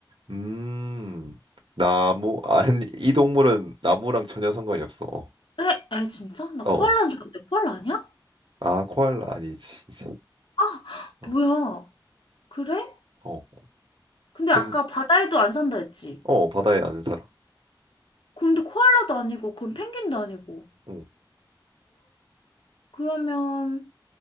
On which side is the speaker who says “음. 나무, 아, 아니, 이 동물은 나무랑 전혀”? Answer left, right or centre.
Right